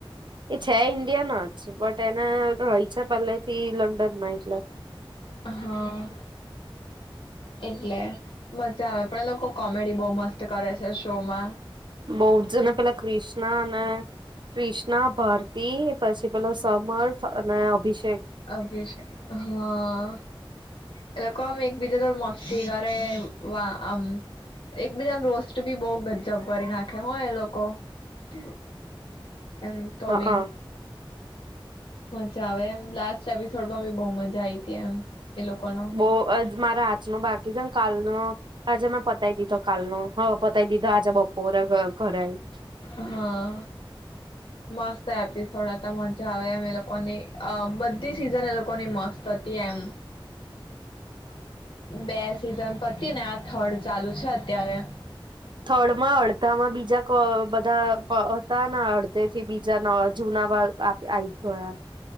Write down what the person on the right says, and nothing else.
એ છે ઇન્ડિયાન જ. સુ બટ તેના રય છે પહેલે થી લંડનમાં એટલે.
બહુ જ જને પેલા કૃષ્ણા અને કૃિષ્ણા ભારતી પછી પેલો સમર્થ અને અભિશેક.
હા
બહ મારા હાથ ન બાકી જ કાલનું અજે મેં પતાવી દીધો. કાલ નો હવે પતાય દીધા આજે બપોરે. હ
થર્ડમાં અડધામાં બીજા ક બધા હતા અડધે થી બીજા જૂના બા આવી ગયા.